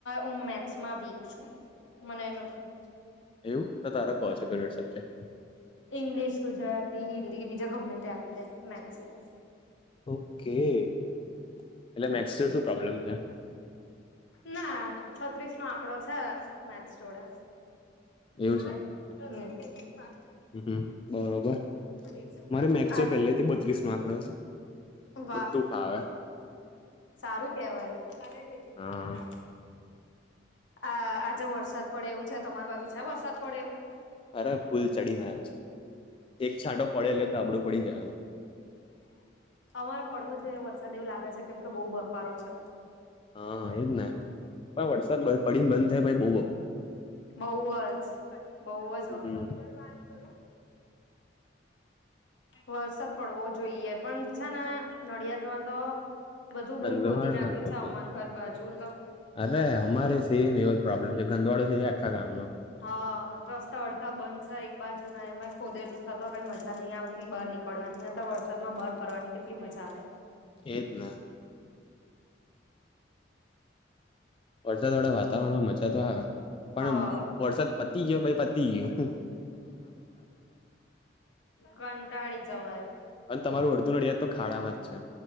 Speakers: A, on the left; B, on the left.
A: ઓ મેસ માં વીક. હું મને નથી.
B: એવું તો તારો કેવું છું.
A: ઈંગ્લિશ ગુજરાતી હિન્દી બીજા ગમે તે આપી દે મેક્સિમમ
B: ઓકે એટલે મેક્સ શું પ્રોબ્લેમ છે.
A: ના છત્રીસ નો આંકડો છે મેચ જોડે
B: એવું
A: હા
B: છે.
A: પા.
B: હમ્મ બરોબર
A: તો રેશન કાર્ડ
B: મારે
A: વગર
B: મેક્સ જો
A: નયચલાવે
B: પહેલેથી બત્રીસ નો આંકડો છે.
A: હ કા
B: બધું ફાવે
A: સારું કેવાય કાલે જઈએ
B: હા
A: કા રા આ આજે વરસાદ પડે એવું છે તમારી બાજુ છે વરસાદ પડે એવું
B: અરે ફૂલ ચડીને આવ્યું છે એક છાંટો પડે એટલે ધાબડું પડી જવાનું
A: અમારા પડવો જે વરસાદ એવું લાગે છે કેમ કે બહ બફારો છે.
B: હા એજ ને પણ વરસાદ પડીને બંધ થાયાઈ બવ
A: બઉ જ બઉ જ
B: હમ્મ
A: વાત કરો. વરસાદ પડવો જોઈએ પણ છે નડિયાદ માં તો બધું
B: ગંદવાળો
A: બહ ખોદી નાખ્યું
B: ના થવું
A: છે
B: જોઈએ
A: અમાર ઘર બાજુ તો
B: અરે અમારે સેમ એવો જ પ્રોબ્લેમ છે ગંદવાડો છે આખા ગામ નો.
A: હા રસ્તા અડધા બંધ છે એક બાજુ ના એમાં ખોદેલું છતા તો કઈ મજા નહી આવતી. બહાર નીકળવાની અતારે વરસાદમાં બાર ફરવાની કેટલી મજા આવે.
B: એ જ ને. વરસાદ વાળા વાતાવરણમાં મજા તો આવે પણ
A: આવે
B: વરસાદ પતી ગયો પઈ પતી ગ્યો.
A: હ કંટાળી જવય.
B: અને તમારું અડદું નડિયઆદ તો ખાડામાં જ છે